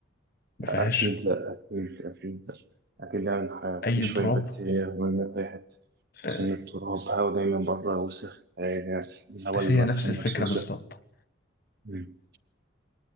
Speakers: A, on the left; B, on the right.
A: ما
B: أكيد
A: فيهاش
B: لأ أكيد أكيد لأ أكيد يعني ح-
A: أي
B: في شوية
A: تراب
B: بكتيريا مرمية في أي حتة
A: آه،
B: عشان التراب هوا دايما بره وسخ يعني الهوا
A: هي
B: اللي مدفون
A: نفس الفكرة
B: نفسه وسخ
A: بالظبط
B: مم.